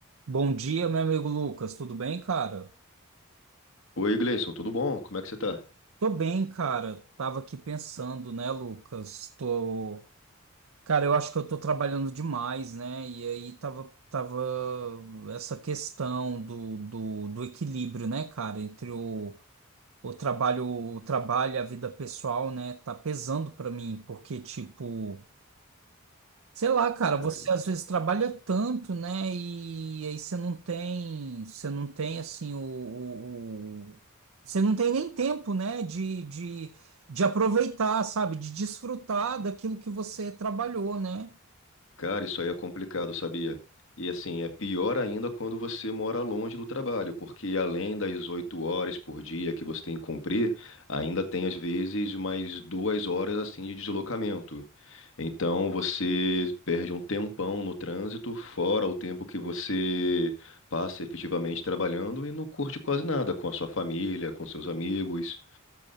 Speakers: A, on the right; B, on the left.
A: Bom dia, meu amigo Lucas. Tudo bem, cara?
B: Oi, Gleison, tudo bom? Como é que você tá?
A: Tô bem, cara. Tava aqui pensando, né, Lucas? Tô, cara, eu acho que eu tô trabalhando demais, né? E aí tava, tava essa questão do, do, do equilíbrio, né, cara, entre o, o trabalho, o trabalho, e a vida pessoal, né? Tá pesando pra mim, porque tipo Sei lá, cara,
B: Cara,
A: você às vezes trabalha tanto, né? E aí você não tem, você não tem assim o, o- o- você não tem nem tempo, né? De, de, de aproveitar, sabe? De desfrutar daquilo que você trabalhou, né?
B: Cara, isso aí é complicado, sabia? E assim, é pior ainda quando você mora longe do trabalho, porque além das oito horas por dia que você tem que cumprir, ainda tem às vezes mais duas horas assim de deslocamento. Então você perde um tempão no trânsito, fora o tempo que você passa efetivamente trabalhando e não curte quase nada com a sua família, com seus amigos.